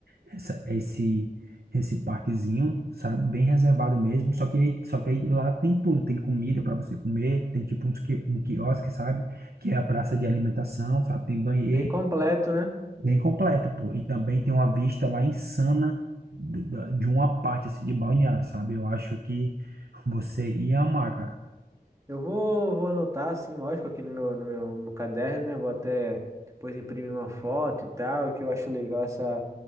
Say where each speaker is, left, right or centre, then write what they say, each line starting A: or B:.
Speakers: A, on the right; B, on the right.
A: essa, esse esse parquezinho, sabe? Bem reservado mesmo. Só que, aí- só que aí lá tem tudo. Tem comida para você comer, tem tipo uns, qui- um quiosque, sabe? Que é a praça de alimentação, sabe? Tem banheiro,
B: Bem completo, né?
A: bem completo, pô. E também tem uma vista lá insana d- da- de uma parte, assim, de balneário, sabe? Eu acho que você ia amar, cara.
B: Eu vou, vou anotar, assim, lógico, aqui no meu, no meu, no meu caderno, né? Vou até depois imprimir uma foto e tal, que eu acho legal essa,